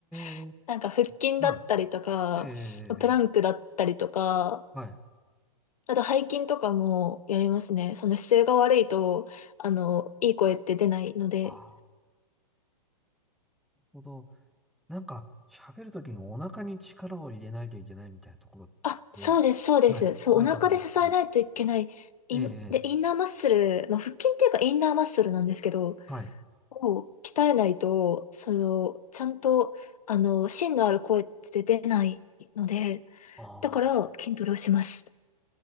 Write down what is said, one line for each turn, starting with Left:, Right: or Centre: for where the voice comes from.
Centre: え、
Left: <laughs> なんか、腹筋だったりとか、
Centre: はい。ええ、ええ
Left: プランクだったりとか、
Centre: はい。
Left: あと背筋とかもやりますね。その姿勢が悪いと、あの、いい声って出ないので。
Centre: ああ、なるほど。なんか、喋るときにお腹に力を入れないといけないみたいなところって、
Left: あ、そうです、そうです。
Centre: はい、
Left: そう、
Centre: あるかと思うんですけど、
Left: お腹で支えないといけない。イン、
Centre: ええ、
Left: で、インナーマッスル、
Centre: ええ
Left: まあ、腹筋っていうかインナーマッスルなんですけど、
Centre: はい。
Left: を鍛えないと、その、ちゃんと、あの、芯のある声って出ないので、
Centre: ああ、
Left: だから筋トレをします。